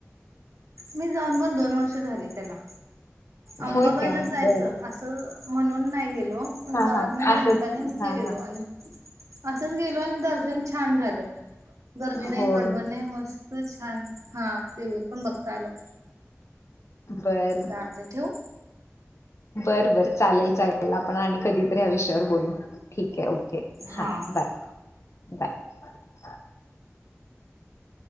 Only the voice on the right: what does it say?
मी जाऊन पण दोन वर्ष झाली त्याला. अंबाबाईलाच
जायचं.
असं, म्हणून नाही गेले. हो पण
दवाखान्याच्या
निेमताने
गेलेलो
आणि- असंच गेलो आणि दर्शन- छान झालं. गर्दी नाही
गडबड नाही मस्त छान, हा देवीला पण बघता आलं.
चाल ते ठेवू?
हा